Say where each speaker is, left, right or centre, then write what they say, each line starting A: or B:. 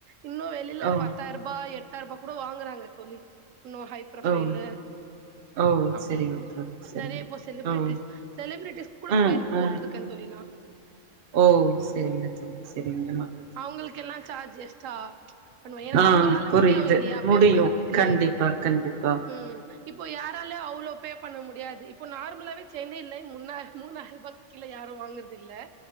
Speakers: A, on the right; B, on the right.
A: இன்னு வெளில
B: ஓ
A: பத்தாய்ரூபா எட்டாயி ரூபா கூட வாங்குறாங்க தோழி இன்னு ஹை புரொஃபைலு
B: ஓ ஓ
A: அப்டி
B: செரிங்க தோழி செரிங்க
A: நெறைய இப்போ செலிபிரிட்டிஸ்
B: ஓ
A: செலிபிரிட்டிஸ்க்கு கூட
B: ம்
A: போய்ரு போட்ருக்கே
B: ம்
A: தோழி நா
B: ஓ செரிங்க தோழி செரிங்கமா
A: அவுங்களுக்கெல்லா சார்ஜு எக்ஸ்டா பண்ணுவே ஏனா
B: ஆ
A: அவுங்களால
B: புரியுது
A: முடியு இல்லயா
B: முடியு
A: பே பண்றதுக்கு
B: கண்டிப்பா கண்டிப்பா
A: ம் இப் ப்போ யாராலயு அவ்ளோ பே பண்ண முடியாது இப்போ நார்மலாவே சென்னைல முணா மூணாயிருபாக்கு கீழ யாரு வாங்குறது இல்ல